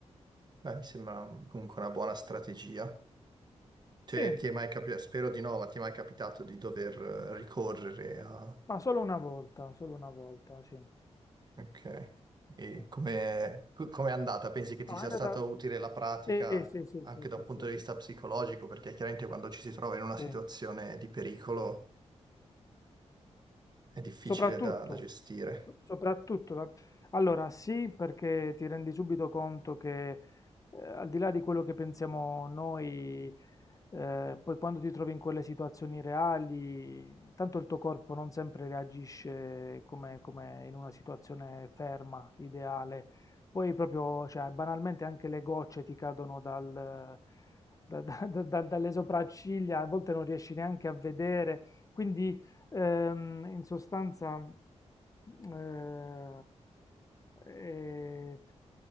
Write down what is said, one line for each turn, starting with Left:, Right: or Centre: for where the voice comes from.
Right: Beh, mi sembra comunque una buona strategia. Cioè,
Left: Sì,
Right: ti è mai capitato, spero di no, ma ti è mai capitato di dover eh, ricorrere a...
Left: ma solo una volta, solo una volta, sì.
Right: Ok. E
Left: sì.
Right: come è andata? Pensi che ti
Left: No,
Right: sia
Left: è andata...
Right: stata utile la pratica
Left: Sì, sì, sì,
Right: anche
Left: sì,
Right: da
Left: sì,
Right: un punto
Left: sì.
Right: di vista psicologico? Perché chiaramente quando ci si trova in una situazione
Left: Sì.
Right: di pericolo è difficile
Left: Soprattutto,
Right: da, da gestire.
Left: soprattutto, da- allora sì, perché ti rendi subito conto che eh, al di là di quello che pensiamo noi, eh, poi quando ti trovi in quelle situazioni reali, tanto il tuo corpo non sempre reagisce come, come in una situazione ferma, ideale. Poi proprio, cioè, banalmente anche le gocce ti cadono dal- da- da- da- dalle sopracciglia, a volte non riesci neanche a vedere, quindi... Ehm, in sostanza, eh, eh,